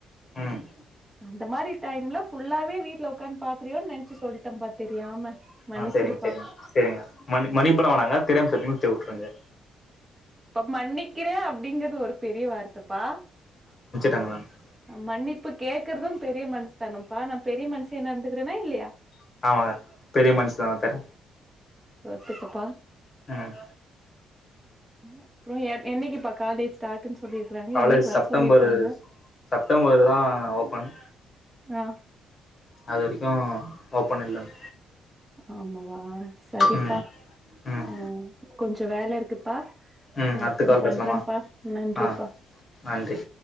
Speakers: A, on the left; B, on the right.
A: ம்
B: அந்த மாரி டைம்ல ஃபுல்லாவே வீட்ல உக்காந் பாக்குறியோன் நென்ச்சி சொல்டேம்பா தெரியாம மன்னிச்சிருப்பா
A: ஆ சரிங் சரிங் சரிங்கா மனி மன்னிப்புலா வேணாங்கா தெரியாம சொல்லி நென்ச் வுட்ருது
B: அப் மன்னிக்கிறே அப்படிங்கறது ஒரு பெரிய வார்த்தப்பா
A: <unintelligible>
B: மன்னிப்பு கேக்கிறதூ பெரிய மனசு தனம்ப்பா நா பெரிய மனுஷியா நடந்துக்கிறேனா இல்லயா
A: ஆ பெரிய மன்ஸ் தாங் தறே
B: ஒத்துக்குப்பா
A: ம்
B: அப்புறோ எ என்னைக்குப்பா காலேஜ் ஸ்டார்ட்ன்னு சொல்லிருக்கறாங்க
A: காலேஜ்
B: என்னைக்கு வர
A: செப்டம்பரு
B: சொல்லியிருக்காங்க
A: செப்டம்பர் தா ஓபன்
B: ஆ
A: அது வரைக்கூ ஓப்பன் இல்லம்
B: ஆமாவா சரிப்பா
A: ம் ம்
B: ஆ கொஞ்சோ வேல இருக்குப்பா
A: ம்
B: நா அப்புறோ
A: அடுத்த கால்
B: பண்றேம்ப்பா
A: பேசலாமா
B: நன்றிப்பா
A: ஆ நன்றி